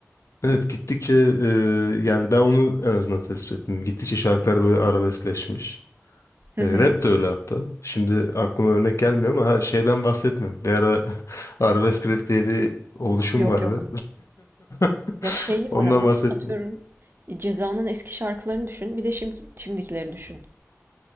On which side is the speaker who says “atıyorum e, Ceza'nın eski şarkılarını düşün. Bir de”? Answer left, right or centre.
Right